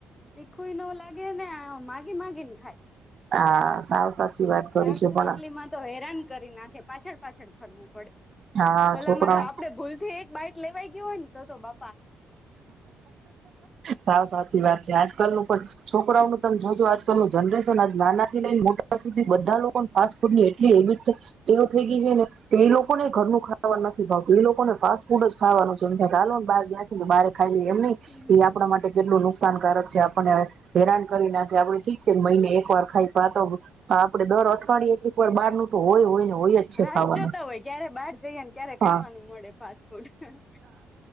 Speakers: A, on the left; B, on the right.
A: તીખું ન લાગે ને માગી માગીને ખાય
B: હા સાવ સાચી વાત કરી
A: શાક,
B: છે પણ
A: રોટલી માં તો હેરાન કરી નાખે. પાછળ પાછળ ફરવું પડે.
B: હા
A: ઓલામાં
B: છોકરાઓ
A: તો આપડે ભૂલ થી એક બાઈટ લેવાઈ ગયું હોય ને તો તો બા
B: સાવ સાચી વાત છે, આજકાલનું પણ છોકરાઓનું તમે જોજો આજકાલનું જનરેશન તો નાનાથી લઈને મોટા સુધી બધા લોકોને ફાસ્ટ ફૂડ ની એટલી હેબિટ એવ થઈ ગઈ છે ને કે એ લોકો ને ઘરનું ખાવાનું નથી ભાવતુ એ લોકોને ફાસ્ટ ફૂડ જ ખાવાનું છે. કાલનું બાર બારે ખાઈલી એમ ની
A: હમ
B: એ આપણા માટે કેટલુ નુક નુકસાનકારક છે આપણને હેરાન કરી નાખે આપડે ઠીક છે ને મહિને એક વાર ખાઈ પણ આ તો આપડે દર અઠવાડયે એક વાર બાર નું તો હોય હોય ને હોય જ છે
A: રાત
B: ખાવાનું
A: જોતા હોય ક્યારે બહાર જઈએ ને ક્યારે ખાવાનું
B: હા
A: મળે ફાસ્ટ ફૂડ.